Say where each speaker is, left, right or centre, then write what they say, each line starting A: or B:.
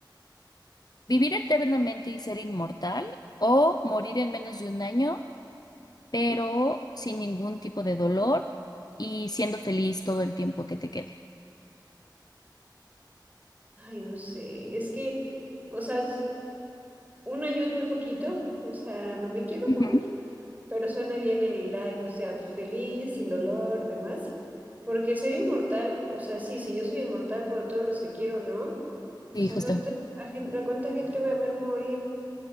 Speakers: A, on the left; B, on the right.
A: ¿Vivir eternamente y ser inmortal o morir en menos de un año, pero sin ningún tipo de dolor y siendo feliz todo el tiempo que te quede?
B: Ay, no sé, es que, o sea, s- un año es muy poquito, o sea, no me quiero
A: Ujú.
B: morir. Pero suena bien el, ay, pues ya, feliz, sin dolor, demás. Porque ser inmortal, o sea, sí, sí, yo soy inmortal, pero todos los que quiero, ¿no? Pues
A: Sí,
B: a
A: justo.
B: gente, a gente- ¿a cuánta gente voy a ver morir?